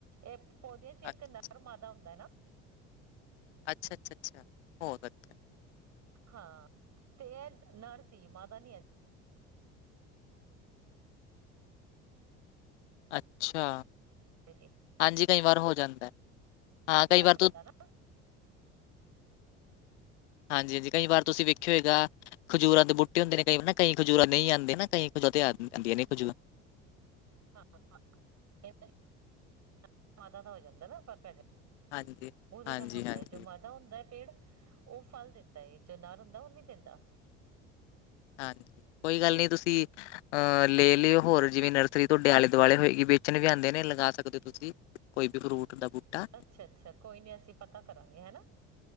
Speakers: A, on the right; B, on the left.
A: ਇਹ ਪੌਧੇਆ ਚ
B: ਅੱਛਾ
A: ਇਕ ਨਰ ਮਾਦਾ ਹੁੰਦਾ ਹੈ ਨਾ।
B: ਅੱਛਾ <inaudible>
A: ਹਾਂ ਤੇ ਇਹ ਨਰ ਸੀ ਮਾਦਾ ਨੀ
B: ਅ ਅੱਛਾ
A: ਸੀ।
B: ਹਾਂਜੀ ਕਈ ਵਾਰ ਹੋ ਜਾਂਦਾ ਐ ਹਾਂ ਕਈ
A: ਫਲ
B: ਵਾਰ
A: ਬਣਦਾ
B: ਤੁ
A: ਨਾ <inaudible>
B: ਹਾਂਜੀ-ਹਾਂਜੀ ਕਈ ਵਾਰ ਤੁਸੀ ਵੇਖਿਆ ਹੋਏਗਾ ਖਜੂਰਾਂ ਦੇ ਬੂਟੇ ਹੁੰਦੇ ਨੇ ਕਈ ਵਾਰ ਨਾ ਕਈ ਖਜੂਰਾ ਨਹੀਂ ਆਉਂਦੇਂ ਨਾ ਆਂਦੀਆ ਨੇ ਖਜੂਰ
A: ਹਾਂ-ਹਾਂ ਮਾਦਾ ਦਾ ਹੋ ਜਾਂਦਾ ਨਾ ਤੱਦ ਤਕ
B: ਹਾਂਜੀ
A: ਉਹਦੇ
B: ਹਾਂਜੀ
A: ਨਾਲ ਹੁੰਦਾ
B: ਹਾਂਜੀ
A: ਐ ਜੋ ਮਾਦਾ ਹੁੰਦਾ ਐ ਪੇੜ। ਉਹ ਫਲ ਦਿੰਦਾ ਏ ਜੋ ਨਰ ਹੁੰਦਾ ਉਹ ਨੀ ਦਿੰਦਾ।
B: ਹਾਂਜੀ ਕੋਈ ਗੱਲ ਨੀ ਤੁਸੀ ਅਹੰ ਲੇ ਲਿਓ ਹੋਰ ਜਿਵੇਂ ਨਰਸਰੀ ਤੁਹਾਡੇ ਆਲੇ ਦੁਆਲੇ ਹੋਏਗੀ ਵੇਚਨ ਵੀ ਆਉਂਦੇ ਨੇ ਲਗਾ ਸਕਦੇ ਹੋ ਤੁਸੀ ਕੋਈ ਵੀ ਫਰੂਟ ਦਾ। ਬੂਟਾ
A: ਅੱਛਾ-ਅੱਛਾ ਕੋਈ ਨੀ ਅਸੀ ਪਤਾ ਕਰਾਂਗੇ ਹਨਾ।